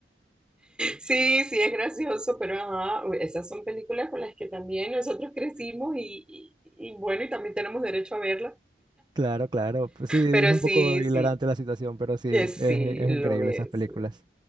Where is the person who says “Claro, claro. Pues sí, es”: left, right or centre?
Right